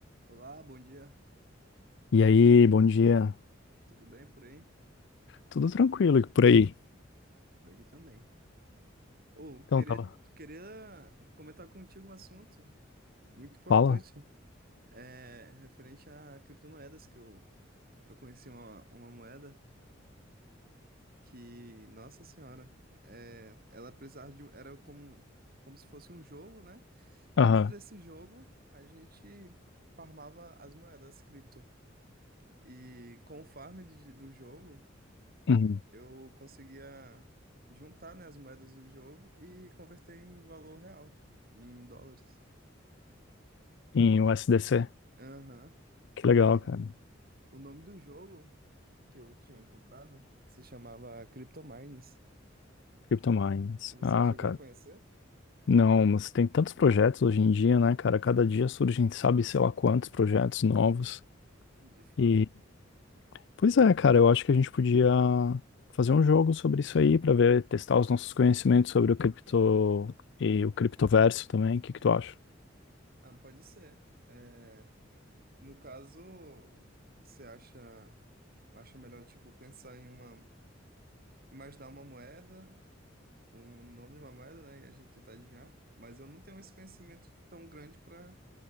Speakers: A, on the right; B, on the left.
A: Olá, bom dia.
B: E aí, bom dia.
A: Tudo bem por aí?
B: Tudo tranquilo e por aí?
A: Por aqui também. Ou,
B: Então,
A: queria,
B: tava.
A: queria comentar contigo um assunto muito importante,
B: Fala?
A: é, referente a criptomoedas, que eu, eu conheci uma, uma moeda que, nossa senhora, é, ela precisava de, um- era como, como se fosse um jogo, né? Dentro
B: Aham.
A: desse jogo, a gente farmava as moedas cripto. E com o farm de- do jogo,
B: Uhum.
A: eu conseguia juntar, né, as moedas do jogo e converter em valor real, em dólares.
B: Em USDC.
A: Aham.
B: Que
A: E
B: legal, cara.
A: o nome do jogo que eu tinha encontrado se chamava Cryptomines.
B: Cryptomines.
A: Você
B: Ah,
A: chegou
B: cara.
A: a conhecer?
B: Não, mas tem tantos projetos hoje em dia, né, cara? Cada dia surgem, sabe, sei lá quantos projetos novos.
A: De fato.
B: E, pois é, cara, eu acho que a gente podia fazer um jogo sobre isso aí pra ver, testar os nossos conhecimentos sobre o cripto e o criptoverso também. O que que tu acha?
A: Ah, pode ser. É, no caso, você acha, acha melhor, tipo, pensar em uma, imaginar uma moeda, um nome de uma moeda, né, e a gente tentar adivinhar? Mas eu não tenho esse conhecimento tão grande para